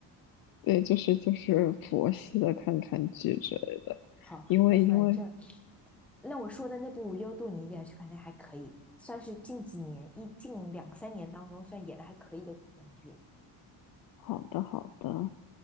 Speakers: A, on the left; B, in the centre.
A: 对，就是就是佛系的看看剧之类的，
B: 好，
A: 因为因为
B: 那反正那我说的那部《无忧渡》，你一定要去看，那还可以的，算是近几年一近两三年当中算演的还可以的古装剧。
A: 好的好的，